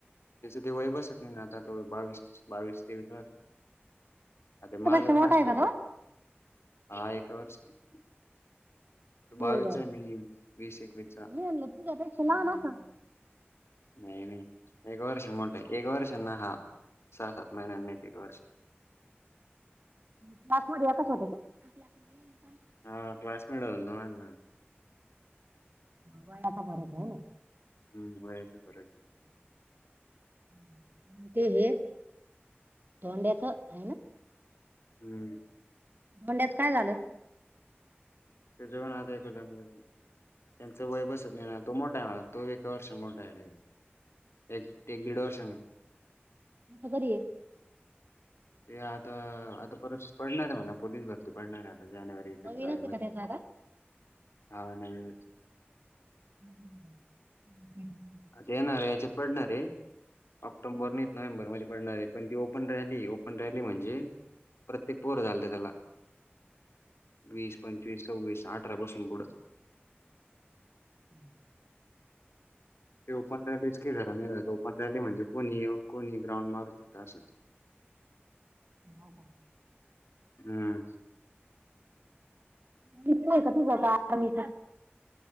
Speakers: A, on the left (about 80°); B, on the right (about 50°).
A: त्याच्या वय बसत नाही आता बावीस बावीस तेवीस आता
B: त्यापेक्षा
A: माझा
B: मोठा
A: नाष्ट
B: आहे का
A: होत
B: तो
A: हा एक वर्ष त
B: अरे
A: बावी
B: देवा.
A: विच मी वीस एक विच
B: मी म्हणलं तुझ्यापेक्षा लव ना स
A: नाही नाही एक वर्ष मोठं एक वर्षांना हा सहा सात महिन्यां नाहीत एक वर्ष
B: क्लासमध्येध्ये याकाच होते का क
A: हा क्लासमेट हो ना माझ.
B: वयाचा भरत आहे ना.
A: हम्म वयस पर
B: हम्. ते हे धोंड्याच आहे ना.
A: हम्म
B: म्हंड्यास काय झालं.
A: तजवन आदयक जनरशन. त्यांचं वय बसत नाही ना तो मोठा आहे तो एका वर्ष मोठा आहेडायरेट. एक एक दीड वर्ष ना.
B: कसं कररी आहे.
A: ते आता आता परचीच पडणार आहे म्हणा पोलीस भरती पडणार आहे आता जानेवारी. फेब्रुवारी
B: नवीनच
A: म
B: आहे का त्याचं आता
A: हा नाही
B: नाही.
A: अ येणार रे याची पडणार रे. ऑक्टोबर नाहीत नोव्हेंरमध्ये पडणार आहे पण तीओपन रॅली ओपन रॅली म्हणजे. प्रत्येक पोर लत त्याला वीस पंचवीस सव्वीस आठ. ट बसून बोड.
B: हम्म.
A: ते ओपन रॅलीच के जरा नाही ओपन रॅली म्हणजे कोणी ये कोणी ग्राउंड मारू शकता असंच.
B: हो का.
A: हम.
B: त जायच आर्मीच